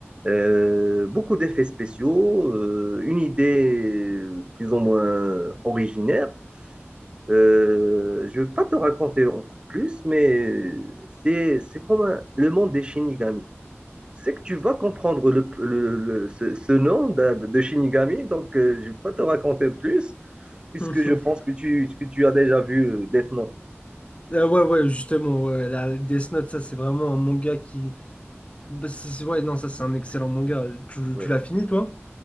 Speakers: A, on the right (about 20°); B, on the left (about 25°).
A: Euh, beaucoup d'effets spéciaux, euh, une idée plus ou moins originaire. Euh, je ne vais pas te raconter encore plus, mais c'est c'est comme un- le monde des Shinigami. c'est que tu vas comprendre le, le- le- ce, ce nom de, de Shinigami, donc euh, je ne vais pas te raconter plus, puisque
B: <laughs>
A: je pense que tu, que tu as déjà vu euh, Death Note.
B: Euh, ouais, ouais, justement, ouais, la Death Note, ça, c'est vraiment un manga qui, Bah, c'est- c'est- ouais, non, ça c'est un excellent manga. Tu,
A: Oui,
B: tu l'as fini, toi?